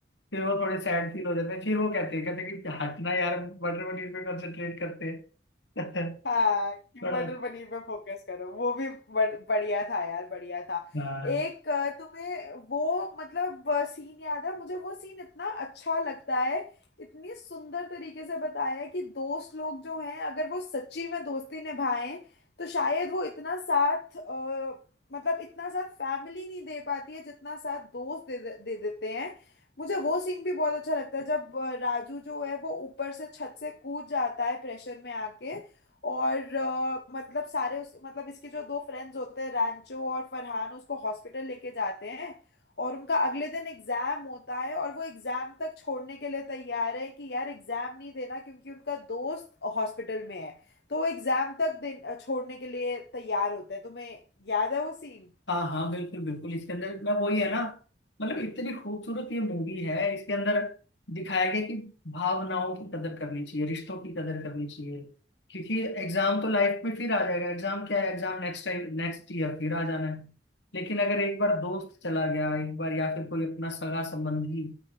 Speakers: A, on the left; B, on the left.
A: फिर वो थोड़े सैड फील हो जाते हैं फिर वो कहते हैं कहते हैं कि हटना यार बटर पनीर पे कंसंट्रेट करते हैं
B: हाँ कि
A: <laughs> बड़ा
B: मटर पनीर पे फोकस करो वो भी बड़, बढ़िया था यार बढ़िया था
A: अच्छा। हाँ
B: एक अ, तुम्हें वो मतलब सीन याद है मुझे वो सीन इतना अच्छा लगता है इतनी सुंदर तरीके से बताया है कि दोस्त लोग जो हैं अगर वो सच्ची में दोस्ती निभाएं तो शायद वो इतना साथ अ, मतलब इतना साथ फैमिली नहीं दे पाती है जितना साथ दोस्त दे, दे, दे देते हैं मुझे वो सीन भी बहुत अच्छा लगता है जब अ, राजू जो है वो ऊपर से छत से कूद जाता है प्रेशर में आके और अ, मतलब सारे उस मतलब इसके जो दो फ्रेंड्स होते हैं रैंचो और फरहान उसको हॉस्पिटल लेके जाते हैं और उनका अगले दिन एग्जाम होता है और वो एग्जाम तक छोड़ने के लिए तैयार है कि यार एग्जाम नहीं देना क्योंकि उनका दोस्त हॉस्पिटल में है तो वो एग्जाम तक दिन अ, छोड़ने के लिए तैयार होते हैं तुम्हें याद है वो सीन
A: हाँ हाँ बिल्कुल बिल्कुल इसके अंदर मैं वही है ना मतलब इतनी खूबसूरत ये मूवी है इसके अंदर दिखाया गया कि भावनाओं की कदर करनी चाहिए रिश्तों की कदर करनी चाहिए क्योंकि एग्जाम तो लाइफ में फिर आ जाएगा एग्जाम क्या है exam next time next year फिर आ जाना है लेकिन अगर एक बार दोस्त चला गया एक बार या फिर कोई अपना सगा संबंधी